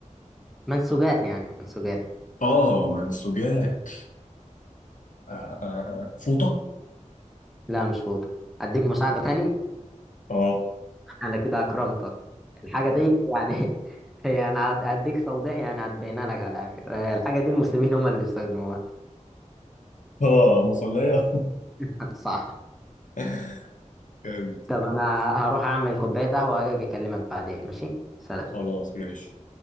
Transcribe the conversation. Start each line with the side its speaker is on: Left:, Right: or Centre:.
Centre: منسوجات يعني منسوجات
Left: اه آه، منسوجات آه، آه، آه، فوطة
Centre: لا مش فوطة اديك مساعدة تاني
Left: اه
Centre: انا كده اكرمتك الحاجة دي يعني <laughs> هي انا هد- هديك توضيح يعني هتبينها لك على الاخر آه، الحاجة دي المسلمين هم اللي بيستخدموها
Left: اه مصلية
Centre: <laughs> صح
Left: <laughs> جامد
Centre: طب انا هروح اعمل كوباية قهوة واجي اكلمك بعدين ماشي سلام
Left: خلاص ماشي